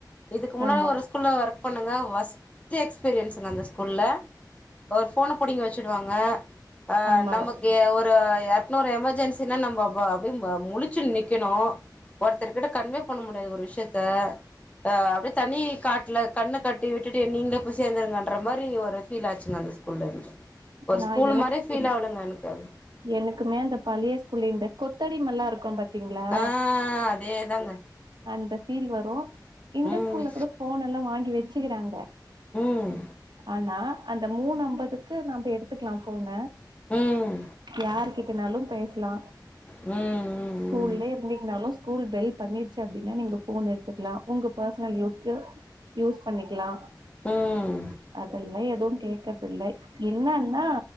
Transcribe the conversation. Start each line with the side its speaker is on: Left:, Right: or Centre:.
Left: இதுக்கு முன்னால
Right: ஆமா
Left: ஒரு ஸ்கூல ஒர்க் பண்ணுங்க ஒஸ்ட்டு எக்ஸ்பீரியன்சுங்க அந்த ஸ்கூல்ல ஒரு ஃபோன புடிங்கி வச்சுடுவாங்க ஆ
Right: ஆமாவா
Left: நமக்கு ஒரு யார் என்ன ஒரு எமெர்ஜென்சினா நம்ம ப அப்டியே ப முழிச்சின்னு நிக்கணு ஒருத்தர் கிட்ட கன்வே பண்ண முடியாது ஒரு விஷ்யத்த ஆ அப்டியே தனி காட்ல கண்ண கட்டி விட்டுட்டு நீங்களே போய் சேர்ந்துருங்கன்ற மாரி ஒரு ஃபீல் ஆச்சுங்க அந்த ஸ்கூல்ல இருந்து ஒரு
Right: நா
Left: ஸ்கூல்
Right: எனக்கு
Left: மாரியே ஃபீல் ஆவளங்க எனக்கு அது
Right: எனக்குமே அந்த பழைய ஸ்கூல்ல இந்த கொத்தடிமல்லா இருக்கும் பாத் தீங்களா
Left: ஆ அதேதாங்க
Right: அந்த ஃபீல் வரு இந்த
Left: ம்
Right: ஸ்கூல்ல கூட ஃபோன் எல்லா வாங்கி வச்சுக்கிறாங்க
Left: ம்
Right: ஆனா அந்த மூணு ஐம்பதுக்கு நம்ப எடுத்துக்கலா ஃபோன
Left: ம்
Right: யாரு கிட்டனாலு பேசலா
Left: ம் ம்
Right: ஸ்கூல்லயே இருந்து னாலு ஸ்கூல் பெல் பண்ணிருச்சு அப்டின்னா நீங்க ஃபோன் எடுத்துக்கலா உங்க பர்சனல் யூஸ்க்கு யூஸ் பண்ணிக்கலா
Left: ம்
Right: அதெல்லா எதுவு கேக்கறதில்லை என்னன்னா